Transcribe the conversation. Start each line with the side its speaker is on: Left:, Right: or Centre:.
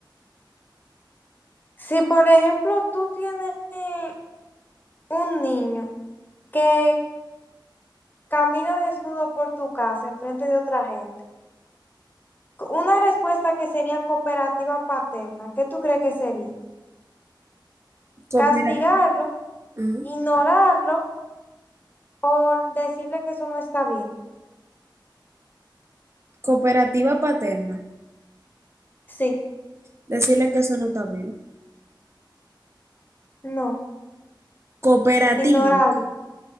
Left: Si, por ejemplo, tú tienes eh, un niño, que Camina desnudo por tu casa enfrente de otra gente. Una respuesta que sería cooperativa paterna, ¿qué tú crees que sería?
Right: Coopera-
Left: ¿Castigarlo,
Right: ajá.
Left: ignorarlo o decirle que eso no está bien?
Right: Cooperativa paterna,
Left: Sí,
Right: decirle que eso no está bien.
Left: no,
Right: Cooperativa,
Left: ignorarlo.